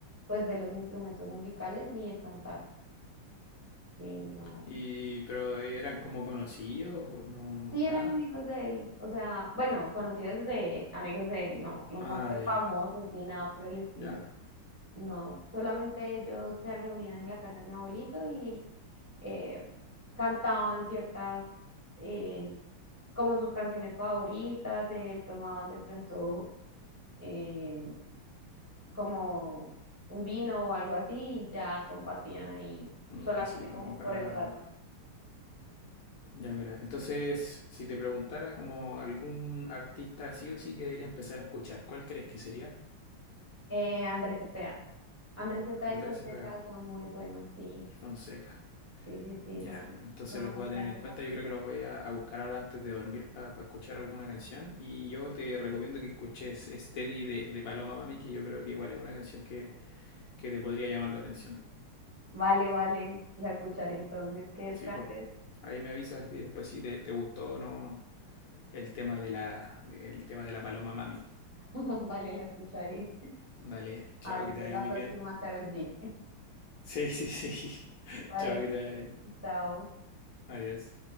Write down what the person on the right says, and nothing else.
pues, de los instrumentos musicales ni de cantar. Sí, no.
Sí
eran amigos de él, o sea, bueno, conocidos de amigos de él, no, nunca
fueron
famosos ni nada por el estilo.
No, solamente ellos se reunían en la casa de mi abuelito y eh, cantaban ciertas, eh, como sus canciones favoritas, eh, tomaban de pronto eh, como un vino o algo así y ya compartían ahí solamente
como
por
el rato.
Eh, Andrés Cepeda. Andrés Cepeda
y Fonseca
son muy buenos, sí,
sí, sí, sí,
son,
son
unos
grandes
artistas.
Vale, vale, la escucharé entonces, que descanses.
<laughs> Vale, la escucharé.
A ver
si
es
la
próxima,
Karol G.
<laughs> Vale.
So